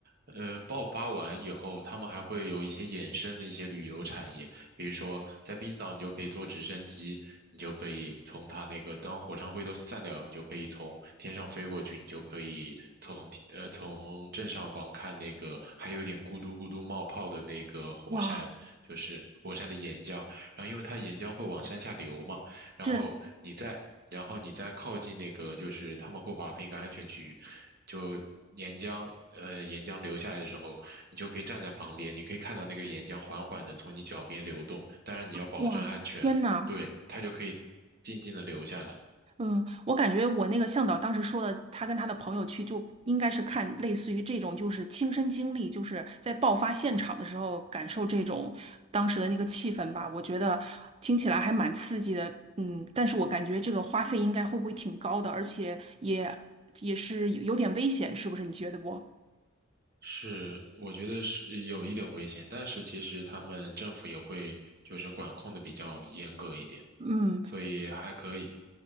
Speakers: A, on the right (about 50°); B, on the right (about 30°).
A: 嗯，爆发完以后，他们还会有一些衍生的一些旅游产业，比如说在冰岛，你就可以坐直升机，你就可以从它那个当火山灰都散掉以后你就可以从天上飞过去，你就可以从呃从正上方看那个还有点咕嘟咕嘟冒泡的那个火山，
B: 哇。
A: 就是火山的岩浆，然后因为它岩浆会往山下流嘛，然后你在然后你再靠近那个，
B: 这。
A: 就是他们会划分一个安全区域，就岩浆，呃，岩浆流下来的时候，你就可以站在旁边，你可以看到那个岩浆缓缓的从你脚边流动，当然你要保证安全，
B: 哇，天呐！
A: 对，它就可以静静的流下来。
B: 嗯，我感觉我那个向导当时说的，他跟他的朋友去，就应该是看类似于这种，就是亲身经历，就是在爆发现场的时候感受这种当时的那个气氛吧。我觉得听起来还蛮刺激的，嗯，但是我感觉这个花费应该会不会挺高的，而且也也是有有点危险，是不是？你觉得不？
A: 是，我觉得是有一点危险，但是其实他们政府也会就是管控的比较严格一点。
B: 嗯
A: 所以还可以。